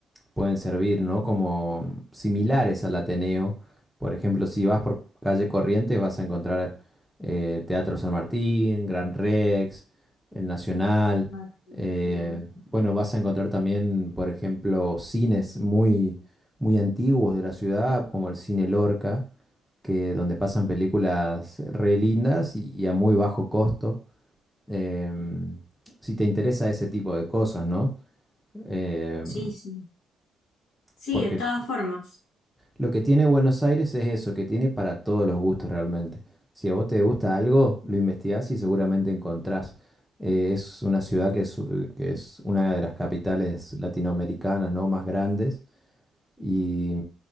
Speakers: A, in the centre; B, on the left.
A: pueden servir, ¿no? Como similares al Ateneo. Por ejemplo, si vas por calle Corrientes vas a encontrar eh, Teatro San Martín, Gran Rex, el Nacional.
B: Ah, claro.
A: eh, bueno, vas a encontrar también, por ejemplo, cines muy, muy antiguos de la ciudad, como el Cine Lorca, que donde pasan películas re lindas y y a muy bajo costo em, si te interesa ese tipo de cosas, ¿no? Em,
B: Sí, sí. Sí,
A: porque
B: de todas formas.
A: lo que tiene Buenos Aires es eso, que tiene para todos los gustos realmente. Si a vos te gusta algo, lo investigás y seguramente encontrás. Eh, es una ciudad que es, eh, que es una de las capitales latinoamericanas, ¿no? Más grandes. Y,